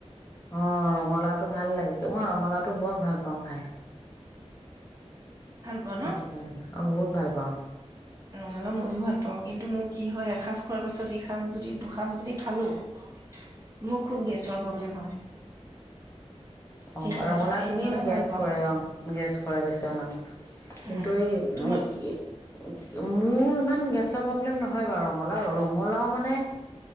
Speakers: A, on the left; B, on the right.
A: অহ, ৰঙালাওটো ভাল লাগে, অহ। ৰঙালাওটো বৰ ভাল পাওঁ খাই।
B: ভাল পোৱা
A: সেইটো
B: ন?
A: কাৰ অহ বহুত ভাল পাওঁ।
B: ৰঙালাও মইয়ও ভাল পাওঁ কিন্তু মোৰ কি হয় এসাঁজ খোৱাৰ পিছত এসাঁজ যদি দুসাঁজ যদি খালোঁ মোৰ খুব গেছ চৰ প্ৰব্লেম হয়।
A: অহ,
B: সেইটো
A: ৰঙালাও
B: কথা এনেই
A: কিছুমানে
B: মই
A: গেছ
B: ভাল পাওঁ
A: কৰে, অহ। গেছ কৰে কিছুমানক, কিন্তু
B: উম,
A: এই <unintelligible>
B: তোমাৰ
A: মোৰ ইমান গেছৰ প্ৰব্লেম নহয় বাৰু। ৰঙালাও ৰঙালাও মানে